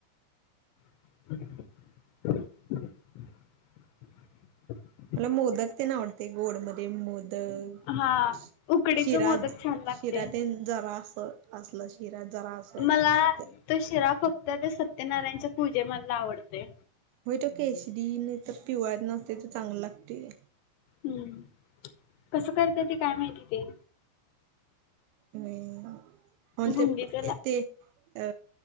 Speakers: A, on the left; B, on the right.
A: <inaudible>
B: मला मोदक ते न आवडते. गोड मध्ये मोदक
A: हा उकडीच
B: शिराज
A: मोदक छान लागते
B: शिरातेन जरा अस असला शिरा जरा असं
A: मला तो शिरा फक्त त्या सत्यनारायणच्या पूजेमधला आवडतोय.
B: व्हय तो केसरी नाही तर पिवळा नसते तर चांगल लागतेय.
A: हम्म कस करत्या ते काय माहिती ते.
B: व्हय ऑल
A: बुंदीच
B: ते
A: ला
B: ते अ